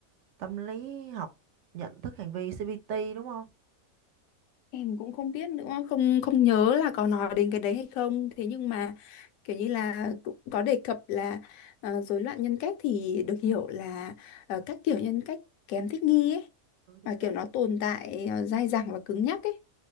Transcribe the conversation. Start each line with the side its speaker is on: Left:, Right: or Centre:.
Right: tâm lý học nhận thức hành vi CBT đúng không?
Left: em cũng không biết nữa không không nhớ là có nói đến cái đấy hay không thế nhưng mà kiểu như là cũng có đề cập là ờ, rối loạn nhân cách thì được hiểu là ờ, các kiểu nhân cách kém thích nghi ấy
Right: ừ, thì
Left: và kiểu
Right: kém
Left: nó tồn tại ờ, dai dẳng và cứng nhắc ấy